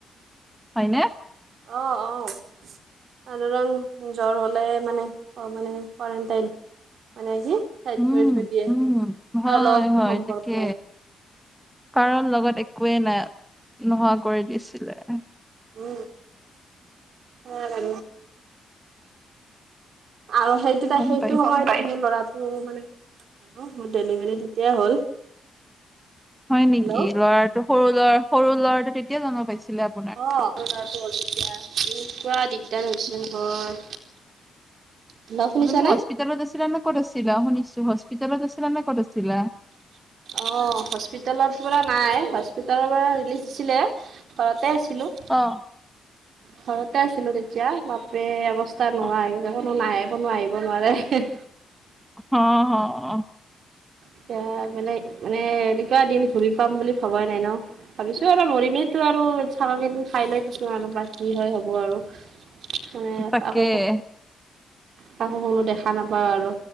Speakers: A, in the centre; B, on the right (about 60°).
A: হয়নে।
B: অঁ অঁ। আনোৰণ জ্বৰ হলে মানে ক মানে কোৱাৰেণ্টাইন। মানে সি ছাইড
A: উম,
B: কৰি থৈ দিয়ে
A: উম, হয়,
B: আৰু লগত কোনো
A: হয়
B: সম্পৰ্ক
A: তাকে
B: নাই।
A: কাৰণ লগত একোৱেই নাই নোহোৱা কৰি দিছিলে।
B: উম হয় বাৰু। আৰু সেইটো ত
A: গম
B: সেইটো
A: পাইছো
B: সময়তে ল'ৰাটো মানে। মোৰ ডেলিভাৰী তেতিয়াই হ'ল।
A: হয় নেকি
B: হেল্ল'
A: ল'ৰাটো সৰু ল'ৰা সৰু ল'ৰাটো তেতিয়া জন্ম পাইছিলে আপুনি।
B: অ অৰুণাচল তেতিয়া এনেকুৱা দিগদাৰ হৈছিলে নহয়। হেল্ল' শুনিছানে?
A: অ তুমি হস্পিটেলত আছিলা না ক'ত আছিলা শুনিছোঁ হস্পিটেলত আছিলা না ক'ত আছিলা।
B: অ হস্পিটেলত পৰা নাই হস্পিতালৰ পৰা ৰিলিজ দিছিলে। ঘৰতে আছিলোঁ।
A: অঁ।
B: ঘৰতে আছিলো তেতিয়া মাপ। ৰে অৱস্থা নোহোৱা
A: অ',
B: হৈছে কোনো নাহে কোনো আহিব নোৱাৰে।
A: অ'হ, অ'হ, অ'হ।
B: এতিয়া মানে মানে এনেকুৱা দিন ঘূৰি পাম বুলি ভবাই নাই ন। ভাবিছো আৰু মৰিমেই আৰু চাল খিনি খাই লৈ থাকিম আৰু বা কি হয় হ'ব আৰু। মানে
A: তাকে
B: আকৌ কাকো কোনো দেখা নাপাওঁ আৰু।